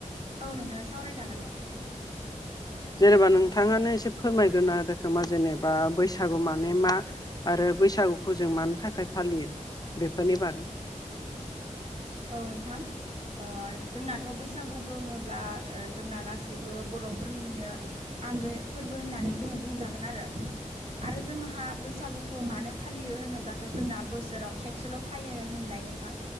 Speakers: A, on the right (about 55°); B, on the left (about 30°).
A: औ नोंथां सावरायजागोन दे
B: जेनेबा नोंथाङानो एसे फोरमायग्रोना होदो खोमा जेनेबा बैसागु माने मा? आरो बैसागुखौ जों मानो थाखाय फालियो बेफोरनि बागै
A: औ नोंथां ओ जोंनाथ' बैसागु बुङोब्ला ओ जोंना गासैबो बर'फोरनिनो आंगो फोरबो होननानै जोङो बुंजागोन आरो आरो जोंहा बैसागुखौ मानो फालियो होनोब्लाथ' जोंना बोसोराव खेबसेल' फायो होनलाय नों नोंथां